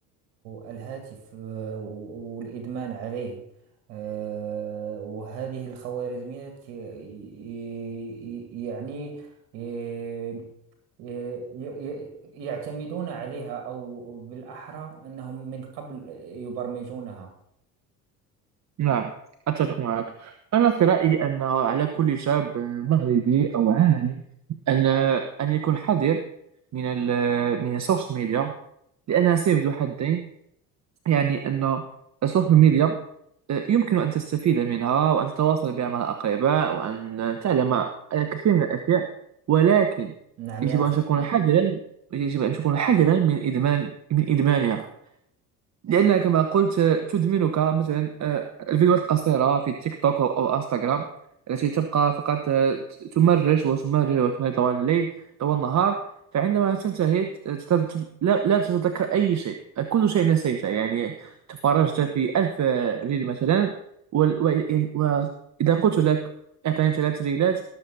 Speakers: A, on the right; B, on the right.
A: الهاتف آه، والإدمان عليه آه وهذه الخوارزميات ي- ي- يعني آه، ي- ي- يعتمدون عليها أو بالأحرى أنهم من قبل يبرمجونها
B: نعم أتفق معك أنا في رأيي أن على كل شاب مغربي أو عالمي أن أن يكون حذر من ال من السوشيال ميديا لأنها سيف ذو حدين يعني أن السوشيال ميديا آه، يمكن أن تستفيد منها وأن تتواصل بها مع الأقرباء وأن تعلم الكثير من الأشياء ولكن
A: نعم
B: يجب
A: يا أخي
B: أن تكون حذرا يجب أن تكون حذرا من إدمان من إدمانها لأن كما قلت تدمنك مثلا آه، الفيديوهات القصيرة في تيك توك أو أو انستغرام التي تبقى فقط آه، تمرر وتمرر وتمرر طوال الليل طوال النهار فعندما تنتهي آه، تت- تت- لا لا تتذكر أي شيء كل شيء نسيته يعني تفرجت في ألف آه، ريل مثلا وال- وإن- وإذا قلت لك أعطيني ثلاث ريلات